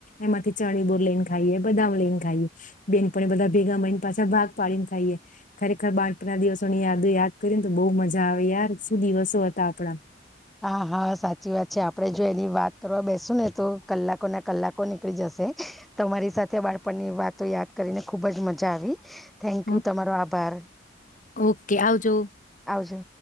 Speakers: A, on the left; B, in the centre.
A: એમાંથી ચણી બોર લઈને ખાઈએ બદામ લઈને ખાઈએ બેનપણી બધા ભેગા મળઈને પાછા ભાગ પાડીને ખાઈએ ખરેખર બાણપના દિવસ સોની યાદ યાદ કરીને તો બહુ મજા આવે યાર સુ દિવસો હતા આપડા.
B: હા હા સાચી વાત છે આપડે જો એની વાત કરવા બેસુ ને તો કલાકો ના કલાકો નીકળી જશે તમારી સાથે બાળપણની વાતો યાદ કરીને ખુબ જ મજા આવી. થેન્ક
A: હં.
B: યુ તમારો આભાર
A: ઓકે આવજો.
B: આવજો.